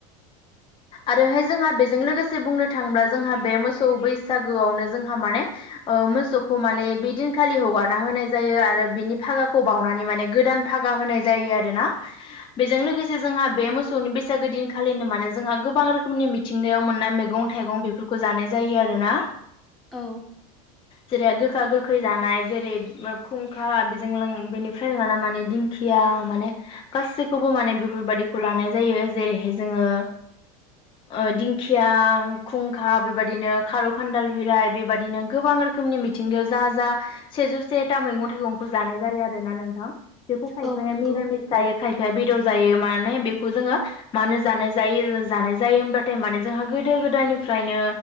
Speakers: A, on the left (about 25°); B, in the centre.
A: आरोहाय जोंहा बेजों लोगोसे बुंनो थाङोब्ला जोंहा बे मोसौ बैसागोआवनो जोंहा माने ओ मोसौखौ माने बिदिन खालि हगारना होनाय जायो आरो बिनि भागाखौ बावनानै माने गोदान भागा होनाय जायो आरोना। बेजों लोगोसे जोंहा बे मोसौनि बैसागो दिनखालिनो माने जोंहा गोबां रोखोमनि मिथिंगायाव मोननाय मैगं गं थाइगं बेफोरखौ जानाय जायो आरो ना
B: औ
A: <unintelligible> गोखा गोखै लानाय जेरै खुंखा बेजों लों बेनिफ्राय लाना माने दिंखिया माने गासैखौबो माने बेफोरबादिखौ लानाय जायो जेरैहाय जोङो
B: <inaudible>
A: ओ दिंखिया खुंखा बेबायदिनो खारौ खान्दाल बिलाइ बेबायदिनो गोबां रोखोमनि मिथिंगायाव जा जा सेजौ सेथा मैगं थाइगंखौ जानाय जायो आरोना नोंथां बेखौ खायफाया
B: औ नंगौ
A: मिरामिस जायो खायफाया बेदर जायो मानै बेखौ जोङो मानो जानाय जायो जानाय जायो होमबाथाय माने जोंहा गोदो गोदायनिफ्रायनो